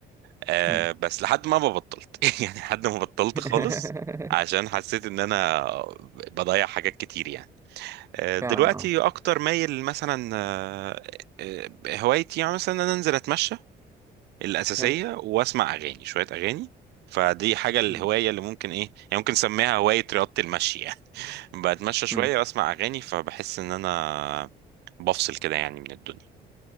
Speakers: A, on the right (about 80°); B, on the right (about 15°).
A: أه
B: مم.
A: بس لحد ما ما بطلت <laughs> يعني لحد ما بطلت
B: <laughs>
A: خالص عشان حسيت ان انا بضيع حاجات كتير يعني أه
B: فعلا
A: دلوقتي
B: اه
A: اكتر مايل مثلا أه آه، هوايتي يعني مثلا ان انا انزل اتمشى الأساسية
B: حلو
A: وأسمع أغاني شوية أغاني فدي حاجة الهواية
B: مم.
A: اللي ممكن إيه يعني ممكن نسميها هواية رياضة المشي يعني <laughs> بتمشى شوية
B: مم.
A: وأسمع أغاني فبحس إن أنا بفصل كده يعني من الدنيا